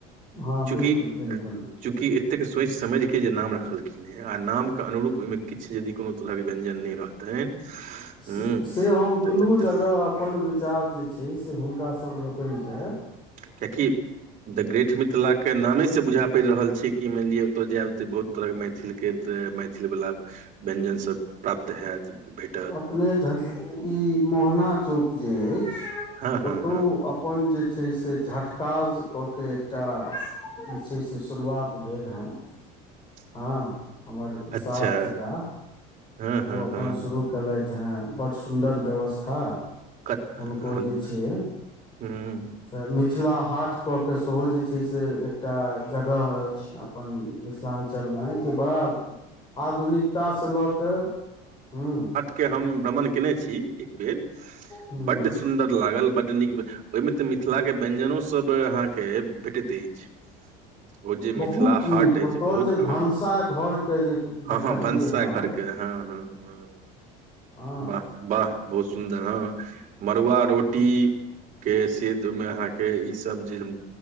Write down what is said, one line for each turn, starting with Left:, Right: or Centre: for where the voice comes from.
Left: हँ
Right: चूँकि
Left: बिल्कुल बिल्कुल
Right: चूँकि एतेक सोचि समझिके जे नाम रखलखीन आ नामके अनुरूप ओहिमे किछु यदि कोनो तरहके व्यञ्जन नहि रहतनि
Left: से
Right: हूँ
Left: से हम दुनू
Right: तऽ तऽ- तऽ
Left: जगह अपन विचार जे छै से हुनकासभ लोकनिके
Right: कियाकि द ग्रेट मिथिलाके नामेसँ बुझा पड़ि रहल छै कि मानि लिअ ओतय जायब तऽ बहुत तरहके मैथिल के तऽ मैथिल वला व्यञ्जन सब प्राप्त होयत भेट
Left: अपने झंग ई मोहना चौक जे अछि
Right: हँ हँ
Left: ओतौ
Right: हँ हँ
Left: अप पन जे छै से झटकाज कऽ के एकटा जे छै से शुरुआत भेल हेँन
Right: <inaudible>
Left: हँ हमर
Right: अच्छा
Left: सार छिका
Right: हँ हँ
Left: ओ अपन
Right: हँ
Left: शुरू
Right: हँ
Left: केलथि है बड सुंदर व्यवस्था हँ
Right: कत
Left: हुनको
Right: हँ
Left: जे छै
Right: हँ
Left: त मिथिला हाट कऽ के सेहो जे छै से एकटा जगह अछि अपन मिथिलांचल में जे बा आधुनिकता से लऽ कऽ हू
Right: के हम भ्रमण केने छी एक बेर
Left: हूं
Right: बड्ड सुन्दर लागल बड्ड नीक ओहिमे तऽ मिथिला के व्यंजनो सब अहाँके भेटैत अछि ओ जे
Left: बहुत
Right: मिथिला हाट
Left: नीक
Right: अछि
Left: ओतय
Right: बहुत
Left: जे भनसाघरके
Right: हँ
Left: जे
Right: हँ
Left: देखलियै
Right: हँ भनसाघरके
Left: हम
Right: हँ हँ हँ
Left: हँ
Right: वाह वाह बहुत सुन्दर हँ मड़ुआ रोटी के सीधमे अहाँके इसभ जे हम